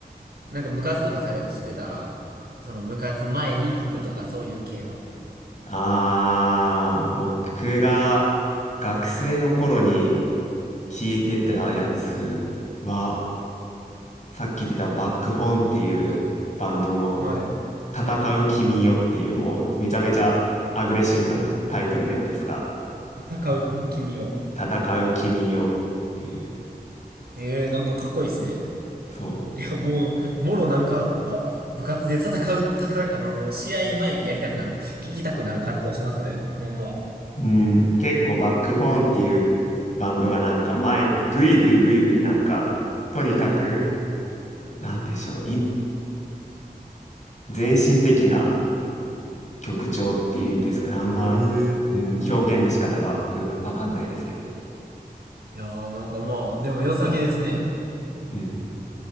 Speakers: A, on the right; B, on the left.
A: なんか部活とかされ、してたら、その部活前に聞くとか、そういう系の。
B: ああ、僕が学生の頃に聴いてたやつは、さっき言ってたバックホーンっていうバンドの
A: はい。
B: 戦う君よっていうもうめちゃめちゃアグレッシブなタイトルなんですが、
A: おお。戦う君を。
B: うん戦う君よっていう、
A: ええーなんかかっこいいですね。
B: そ
A: いや、もう、もろなんか、部活で戦う、戦う、あの、試合前にやりたくなるの、聞きたくなる感じがしますね。ほんま。
B: う。うん、結構バックホーンっていうバンドがなんか前、ぐいぐいぐいぐいなんか、とにかく、
A: うん。
B: なんでしょう、い、全身的な曲調っていうんですかね、あんま、
A: ええ
B: うん、表現の仕方がうんわかんないですけど。
A: いやー、なんかまあ、でも良さげですね。
B: うん、